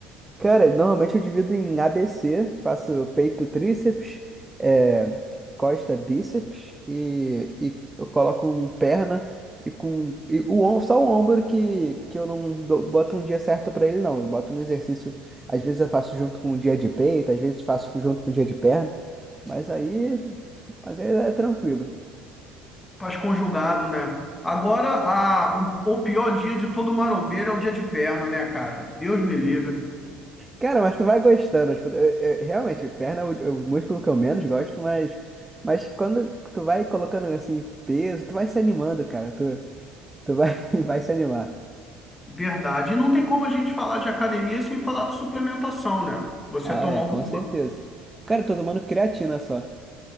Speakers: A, on the right; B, on the left.
A: Cara, normalmente eu divido em ABC, faço peito, tríceps, é, costa, bíceps e, e eu coloco um perna e com e o om- só o ombro que, que eu não dou- boto um dia certo pra ele não. Eu boto um exercício, às vezes eu faço junto com um dia de peito, às vezes faço junto com um dia de perna, mas aí, mas aí é tranquilo.
B: Faz conjugado, né? Agora, a, o, o pior dia de todo marombeiro é o dia de perna, né, cara? Deus me livre.
A: Cara, mas tu vai gostando. Tipo, eu- eu- realmente, perna é o, é o músculo que eu menos gosto, mas, mas quando tu vai colocando assim peso, tu vai se animando, cara. Tu, tu vai, <laughs> vai se animar.
B: Verdade. E não tem como a gente falar de academia sem falar de suplementação, né? Você
A: Ah,
B: toma
A: é,
B: alguma?
A: com certeza. Cara, eu tô tomando creatina só.